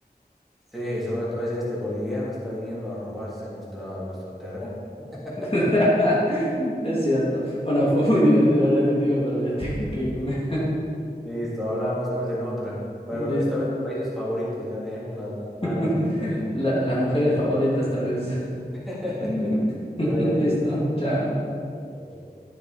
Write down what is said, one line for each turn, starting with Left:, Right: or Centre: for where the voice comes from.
Centre: Sí, seguramente van a decir, este boliviano está viniendo a robarse nuestra, nuestro terreno. <laughs>
Left: <laughs> Es cierto. Bueno, fue muy divertido hablar contigo, pero ya tengo que irme.
Centre: Listo, hablábamos pues en otra. Pero
Left: <laughs> Listo.
Centre: esta vez de países favoritos, ya dejemos las, las malas
Left: <laughs>
Centre: vibras, ¿no?
Left: La- las mujeres favoritas, tal vez.
Centre: <laughs>
Left: <laughs>
Centre: Que vaya
Left: Listo.
Centre: bien.
Left: Chao.
Centre: Chao, chao.